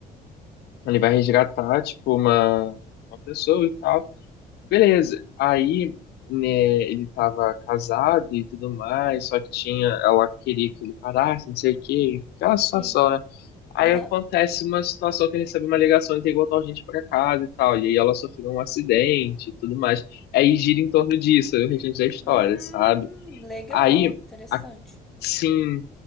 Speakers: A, on the left; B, in the centre.
A: ele vai resgatar, tipo, uma, uma pessoa e tal. Beleza. Aí, né, ele tava casado e tudo mais, só que tinha, ela queria que ele parasse, não sei o quê. Aquela situação,
B: sim.
A: né?
B: Aham.
A: Aí acontece uma situação que recebe uma ligação e tem que voltar urgente pra casa e tal. E aí ela sofreu um acidente e tudo mais. Aí gira em torno disso, aí o restante da história,
B: Hum,
A: sabe?
B: legal,
A: Aí,
B: interessante.
A: sim.